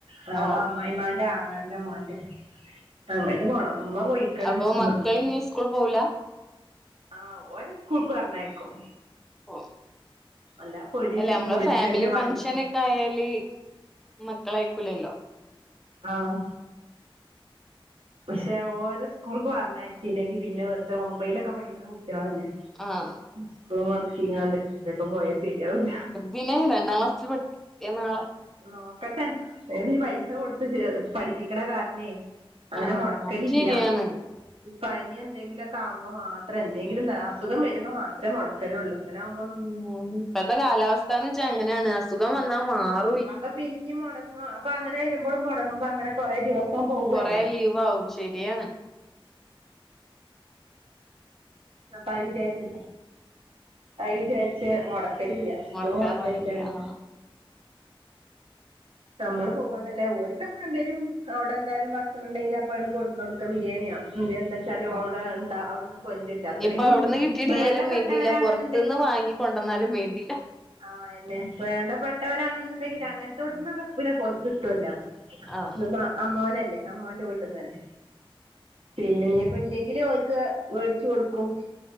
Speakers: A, on the right; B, in the centre.
A: നാള
B: ഓഹ്
A: അമ്മായിമ്മാന്റെ ആങ്ങൾന്റെ മോന്റെ അങ്ങട്ട് പോണം മ്മ പോയിക്ക്ണ്
B: അപ്പൊ
A: ന്ന്
B: മക്കള് ഇനി സ്കൂൾ പോവൂല
A: ആഹ് ഓര് സ്കൂക്ക് പറഞ്ഞയക്കും
B: ഉം
A: അല്ലാപ്പൊ ഒരു
B: എല്ല അമ്മള്
A: കുടിരിക്കലിന്
B: ഫാമിലി
A: വേണ്ടീട്ട്
B: ഫങ്ഷനൊക്കെ ആയാല് മക്കളയ്‌ക്കൂലല്ലോ
A: ആഹ് പഷെ ഓരെ സ്കൂക്ക് പറഞ്ഞയച്ചില്ലെങ്കി പിന്നെ വെറ്തെ ഒമ്പൈലൊക്കെ പഠിക്കണ കുട്ടിയേളല്ലേ
B: ആഹ്
A: സ്കൂള് അട്ക്കികാണ്ട് ദെ ക്കെ പോയാ സരിയാവൂല
B: പിനെ രണ്ടാം ക്ലാസ്സില് പഠിക്ക്യാ നാളെ
A: നോക്കട്ടെ നേവീ ഈ പൈസ കൊടുത്ത് ചേ പഠിപ്പിക്കണ കാര്ണേ അങ്ങനെ
B: ആഹ്
A: മൊട്ക്കലില്ല
B: അത് ശരിയാണ്
A: പനി എന്തെങ്കിലൊക്കെ ആവുമ്പോ മാത്രേ എന്തെങ്കിലും അസുഖം വരുമ്പോ മാത്രേ മൊട്ക്ക ലു ള്ളൂ അങ്ങനെ ആവു
B: ഉം ഇപ്പത്തെ കാലാവസ്ഥാന്ന് ച്ചാ അങ്ങനാണ് അസുഖം വന്നാ മാർ
A: അപ്പ പിന്നിം മൊടങ്ങോ അപ്പ അങ്ങനെ വരുമ്പള് മൊടങ്ങ്മ്പ അങ്ങനെ കൊറെ ദിവസ് പ്പം പോകുവല്ലേ
B: കൊറേ ലീവ് ആവും ശരിയാണ്
A: അപ്പ അവ്ര് ജാര്ച്ച് അവര് ജാര്ച്ച് മൊട ക്കലില്ല്യ സ്കൂള്
B: മുടക്കാൻ
A: മൊടക്കലില്ല്യ
B: പാടില്ല
A: അങ്ങനെ
B: ആ
A: നമ്മള് പോവ്വാന്നല്ലാ ഓര്ക്കപ്പൊ എന്തേലും അവ്ടെന്തായാലും ഭക്ഷണം ണ്ടെങ്കില് അപ്പ അഹ്ണ്ട് കൊട്ന്നൊട്ക്കാ ബിരേണ്യോ എന്തേ ഇണ്ട് ച്ചാല്
B: ആ
A: അവ്ടെ ന്താ അവ്ട്ന്നു കൊൻന്റൊല്ലാ അത്തറീം
B: ഇനിയിപ്പോ അവിടുന്ന് കിട്ടിയിട്ടില്ലേലും
A: വേണ്ടപ്പെട്ടവരാണെന്ന്ണ്ടെ
B: വേണ്ടില്ല പുറത്തുന്ന് വാങ്ങിക്കൊണ്ടന്നാലും വേണ്ടില്ല
A: ആഹ് അയന്നെ വേണ്ടപ്പെട്ടവരാണെന്ന്ണ്ടെങ്കില് അങ്ങെൻത്തോട്ത്ത്ന്നൊക്കെ പിന്നെ കിട്ടൊല്ലാ
B: ആഹ്
A: ത് പ്പ അമ്മോനല്ലേ അമ്മോന്റെ വീട്ട്ന്നല്ലേ പിന്നെ ഇഞ് പ്പ ഇല്ലെങ്കില് ഓര്ക്ക് വേടിച്ച് കൊട്ക്കും